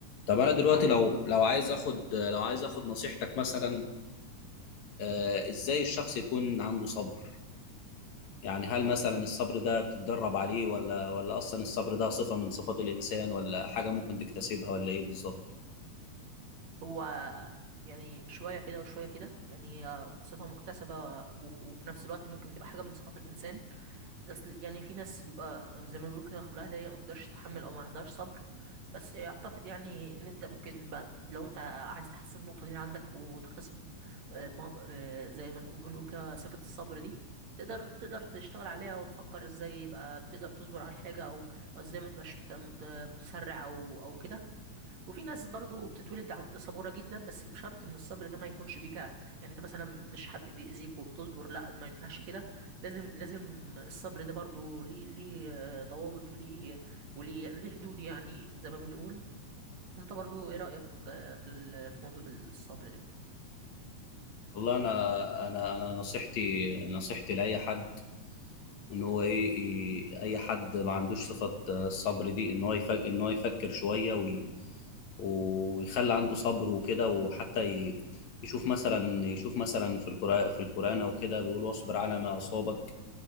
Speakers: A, on the left; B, on the right.
A: طب انا دلوقتي لو لو عايز اخد لو عايز اخد نصيحتك مثلا آه، ازاي الشخص يكون عنده صبر يعني هل مثلا الصبر ده بتتدرب عليه ولا ولا اصلا الصبر ده صفة من صفات الانسان ولا حاجة ممكن تكتسبها ولا ايه بالظبط
B: هو يعني شوية كده وشوية كده يعني هي صفة مكتسبة وف- وفي نفس الوقت ممكن تبقى حاجة من صفات الإنسان بس يعني في ناس بيبقى خ- زي ما بيقولوا كده خلقها ضيق ما تقدرش تتحمل أو ما عندهاش صبر بس أعتقد يعني إن أنت ممكن بقى لو أنت عايز تحسن النقطة دي عندك وتكتسب آه، مه- آه، زي ما نقول بنقول كده صفة الصبر دي تقدر تقدر تشتغل عليها وتفكر ازاي يبقى تقدر تصبر على الحاجة او أو ازاي ما تبقاش مت- مت- متسرع او او كده وفي ناس برضو بتتولد عن صبورة جدا بس بشرط ان الصبر ده ما يكونش بيجع يعني انت مثلا مش حد بيأذيك وبتصبر لا ما ينفعش كده لازم لازم الصبر ده برضو ليه ليه آه، ضوابط وليه وليه ليه حدود يعني زي ما بنقول انت برضو ايه رأيك آه، في ال- في موضوع الصبر ده
A: والله انا انا انا نصيحتي نصيحتي لاي حد ان هو ايه إيه- اي حد ما عندوش صفة آه، الصبر دي ان هو يفك ان هو يفكر شوية وي ويخلي عنده صبر وكده وحتى ي... يشوف مثلا يشوف مثلا في القرآن في القرآن او كده بيقول واصبر على ما أصابك